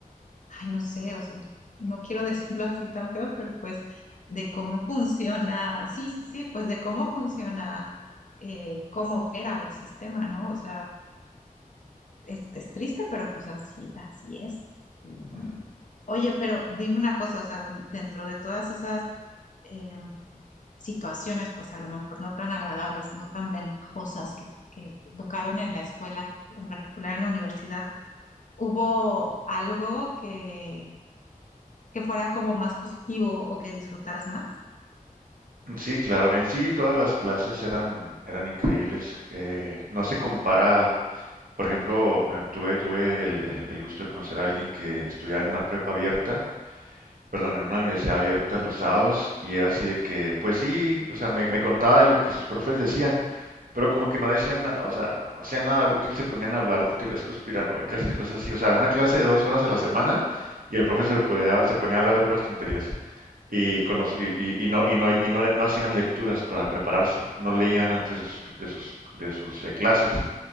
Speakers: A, on the left; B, on the right.
A: ay, no sé, o sea, no quiero <laughs> decirlo así tan feo, pero pues de cómo funciona, sí, sí, sí, pues de cómo funciona, eh, cómo opera el sistema, ¿no? O sea, es, es triste, pero pues así, así es. Ujú.
B: Ujú,
A: Oye, pero dime una cosa, o sea, dentro de todas esas em, situaciones, pues a lo mejor no tan agradables, no tan ventajosas que, que tocaron en la escuela, en particular en la universidad, ¿hubo algo que, que fuera como más positivo o que disfrutaras más?
B: ujú. Sí, claro. En sí, todas las clases eran, eran increíbles. Eh, no se compara, por ejemplo, eh, tuve, tuve el, el- el gusto de conocer a alguien que estudiaba en una prepa abierta perdón, en una universidad abierta los sábados y era así de que, pues sí, o sea, me, me contaba de lo que sus profes decían, pero como que no decían nada, o sea, no hacían nada útil, se ponían a hablar de teorías conspiranoicas y cosas así, o sea, una clase de dos horas a la semana y el profe se, podía- se ponía a hablar de puras tonterías y, con los- y, y- y no, y, no, y no, no hacían lecturas para prepararse, no leían antes de sus, de sus, de sus eh, clases.